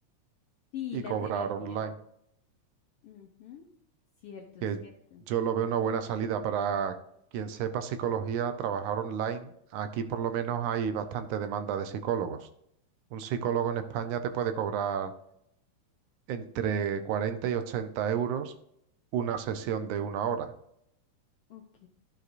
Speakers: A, on the left; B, on the right.
A: Sí,
B: y
A: la
B: cobrar
A: terapia.
B: online,
A: Ujú. Cierto,
B: que
A: cierto.
B: yo lo veo una buena salida para quien sepa psicología, trabajar online. Aquí por lo menos hay bastante demanda de psicólogos. Un psicólogo en España te puede cobrar entre 40 y 80 euros una sesión de una hora.
A: Ok.